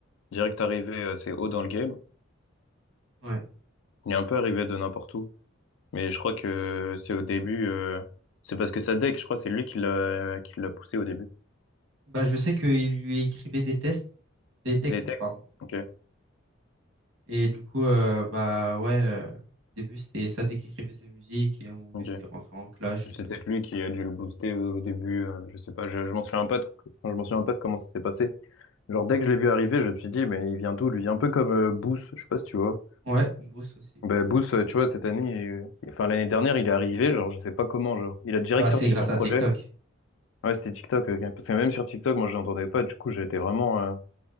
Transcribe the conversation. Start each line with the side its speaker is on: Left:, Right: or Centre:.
Left: direct arrivé assez haut dans le game.
Right: Ouais.
Left: Il est un peu arrivé de n'importe où. Mais je crois que c'est au début, euh, c'est parce que sa deck, je crois, c'est lui qui l'a, qui l'a poussé au début.
Right: Bah, je sais qu'il lui écrivait des tests, des textes,
Left: Des techs?
Right: pardon
Left: Ok,
Right: Et du coup, euh, bah ouais, euh, au début c'était ça dès qu'il écrivait ses musiques, et à un moment
Left: ok.
Right: il s'était rentré en clash et tout.
Left: C'est peut-être lui qui a dû le booster au, au début, euh, je sais pas, je, je m'en souviens pas de, enfin, je m'en souviens pas de comment ça s'est passé. Genre, dès que je l'ai vu arriver, je me suis dit, mais il vient d'où, lui? Un peu comme euh, Booth, je sais pas si tu vois.
Right: Ouais, Bruce aussi.
Left: Ben, Booth, euh, tu vois, cette année, euh, enfin, l'année dernière, il est arrivé, genre, je sais pas comment, genre. Il a direct
Right: Bah, c'est
Left: sorti
Right: grâce
Left: son
Right: à
Left: projet.
Right: TikTok.
Left: Ouais, c'était TikTok, euh, parce que même sur TikTok, moi, je l'entendais pas, du coup, j'étais vraiment, euh,